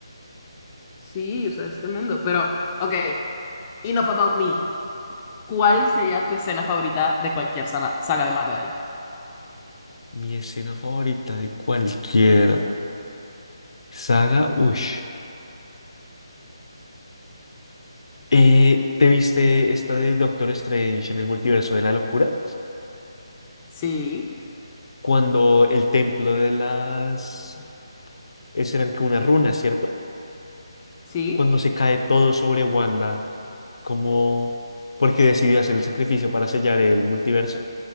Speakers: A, on the left; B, on the left.
A: Sí, o sea, es tremendo. Pero, ok, enough about me. ¿Cuál sería tu escena favorita de cualquier saga, saga de Marvel?
B: Mi escena favorita de cualquier saga, ush. Eh, ¿te viste esta de Doctor Strange en el multiverso de la locura?
A: Sí,
B: Cuando el templo de las... Esas eran que unas runas, ¿cierto?
A: sí.
B: cuando se cae todo sobre Wanda, como porque decidió hacer el sacrificio para sellar el multiverso,